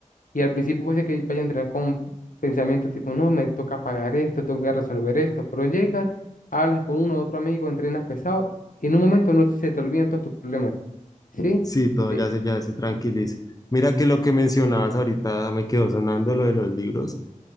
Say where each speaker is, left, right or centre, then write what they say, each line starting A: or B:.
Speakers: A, on the left (about 75°); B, on the left (about 25°).
A: y al principio puede ser que vaya a entrenar con un pensamiento tipo, no, me toca pagar esto, tengo que resolver esto, pero llegas, hablas con uno, o otro amigo, entrenas pesado y en un momento no se te olvidan todos tus problemas, ¿sí?
B: Sí, todo
A: De-
B: ya se, ya se tranquiliza. Mira que lo que mencionabas ahorita me quedó sonando lo de los libros.